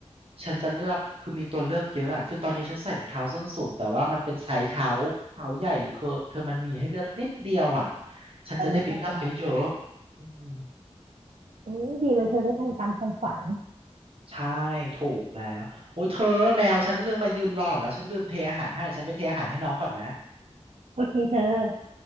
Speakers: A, on the right (about 55°); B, on the right (about 80°).
A: ฉันจะเลือกคือมีตัวเลือกเยอะอะคือตอนนี้ฉันใส่รองเท้าส้นสูงแต่ว่ามันเป็นไซส์เท้าเท้าใหญ่คือเธอมันมีให้เลือกนิดเดียวอ่ะฉันจะได้ไปเลือกเยอะๆอืม
B: เออเข้าใจอุ้ยดีเลยเธอได้ทำตามความฝัน
A: ใช่ถูกแล้วโอ้ยเธอแมวฉันลืมมายืนรออีกแล้วฉันลืมเทอาหารให้ฉันไปเทอาหารให้น้องก่อนนะ
B: โอเคเธอ